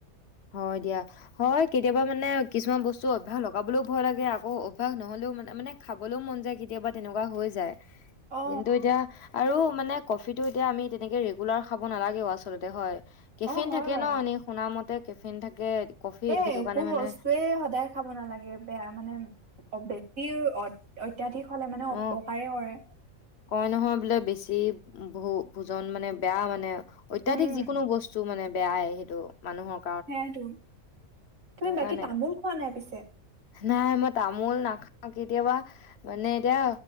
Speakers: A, on the left (about 55°); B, on the right (about 75°).
A: হয় দিয়া। হয় কেতিয়াবা মানে কিছুমান বস্তু অভ্যাস লগাবলেও ভয় লাগে আকৌ অভ্যাস নহ'লেও মানে, মানে খাবলৈও মন যায় কেতিয়াবা তেনেকুৱা হৈ যায়।
B: অ
A: কিন্তু এতিয়া আৰু মানে কফিটো এতিয়া আমি তেনেকে ৰেগুলাৰ খাব নালাগেও আচলতে হয় কেফেন
B: অ হয়
A: থাকে
B: বাৰু
A: ন এনে শুনা মতে কেফিন থাকে কফিত
B: এ,
A: সেইটো
B: একো
A: কাৰণে মানে
B: বস্তুৱে সদায় খাব নালাগে বেয়া মানে অ', <unintelligible> অত - অত্যাধিক হ'লে মানে
A: অ',
B: অপকাৰে কৰে।
A: কয় নহয় বোলে বেছি বহু ভোজন মানে বেয়া মানে অত্যাধিক
B: উম,
A: যিকোনো বস্তু মানে বেয়াই সেইটো মানুহক
B: সেয়াইটো। তুমি বাকী
A: কাৰণে
B: তামোল খোৱা নাই পিছে?
A: নাই মই তামোল নাখাওঁ কেতিয়াবা মানে এতিয়া